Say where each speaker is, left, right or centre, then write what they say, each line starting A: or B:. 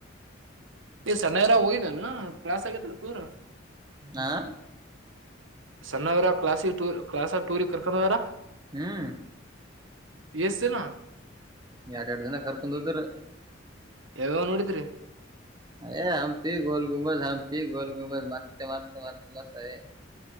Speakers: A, on the right; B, on the right.
A: ಏ ಸಣ್ಣಯರ ಹೋಗಿದ್ನೆನು ಕ್ಲಾಸ್ ಆಗತ್ ಟೂರ್
B: ಆ
A: ಸಣ್ಣವರಾ ಕ್ಲಾಸಿಕ್ ಟೂರ್ ಕ್ಲಾಸಗ ಟೂರಿ ಕರ್ಕೊಂಡ್ವರಾ
B: ಹ್ಮ್
A: ಎಷ್ಟ ದಿನ
B: ಎರಡ್ ಎರಡು ದಿನ ಕರ್ಕೊಂಡ ಹೋದ್ರ
A: ಯಾವ ನೋಡಿದ್ರಿ
B: ಏ ಹಂಪಿ ಗೋಲ್ ಗುಮಜ ಹಂಪಿ ಗೋಲ್ ಗುಮಜ ಮತ್ತ ಮತ್ತ ಮತ್ತೆ ಮತ ಅದೇ